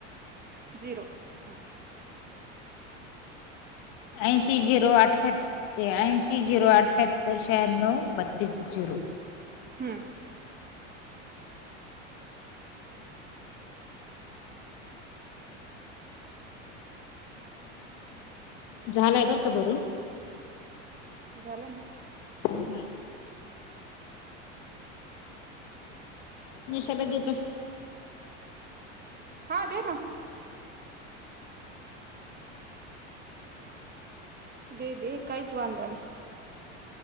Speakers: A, on the right; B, on the left.
A: zero हम्म.
B: ऐंशी zero अठ्ठ्या त्र्याऐंशी zero अठ्याहत्तर शहाण्णव बत्तीस झिरो.
A: हम्म.
B: झालाय बर का भरून.
A: झाला ना?
B: हम्म. निशाला दिऊ काय?
A: हा दे ना. दे, दे काहीच वांद नाही.